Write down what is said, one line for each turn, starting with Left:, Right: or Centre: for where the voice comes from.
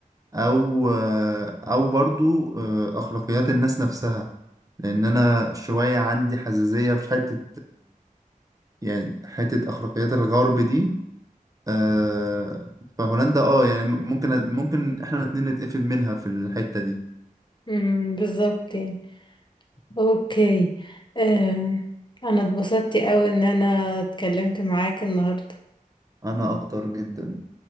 Right: أو أو برضو آه، أخلاقيات الناس نفسها لأن أنا شوية عندي حساسية في حتة يعني حتة أخلاقيات الغرب دي آه، فهولندا اه يعني ممكن ممكن احنا الاتنين نتقفل منها في الحتة دي
Left: مم، بالظبط يعني اوكي آم، انا اتبسطت قوي ان انا اتكلمت معاك النهاردة
Right: انا اكتر جدا